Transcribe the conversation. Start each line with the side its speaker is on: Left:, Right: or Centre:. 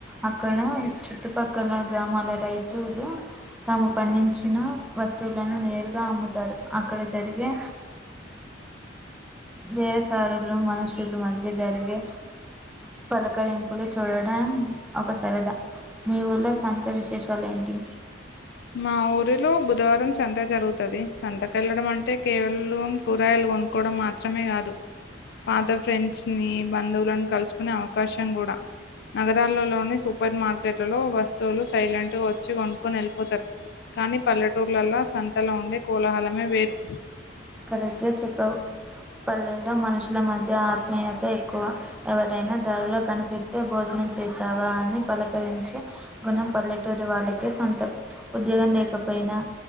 Centre: అక్కడ చుట్టుపక్కల గ్రామాల రైతులు తాము పండించిన వస్తువులను నేరుగా అమ్ముతారు అక్కడ జరిగే
Left: <unintelligible>
Centre: వేరేసాలలు మనుషుల మధ్య జరిగే పలకరింపులు చూడడం ఒక సరదా మీ ఊర్లో సంత విశేషాలు ఏంటి
Left: మా ఊరిలో బుధవారం సంత జరుగుతది సంతకు వెళ్ళడం అంటే కేవలం కూరకాయలు కొనుకోవడం మాత్రమే కాదు పాత ఫ్రెండ్స్ ని బంధువులను కలుసుకునే అవకాశం కూడా నగరాలలోని సూపర్ మార్కెట్లలో వస్తువులు సైలెంట్ గా వచ్చి కొనుక్కొని ఎల్ పోతరు కానీ పల్లెటూర్లలో సంతలో ఉండే కోలాహలమే వేరు
Centre: కరెక్ట్గా చెప్పావు పల్లెల్లో మనుషుల మధ్య ఆత్మీయత ఎక్కువ ఎవరైనా దారిలో కనిపిస్తే భోజ నం చేశావా అని పలకరించే గుణం పల్లెటూరి వాళ్ళకే సొంతం ఉద్యోగం లేక పోయినా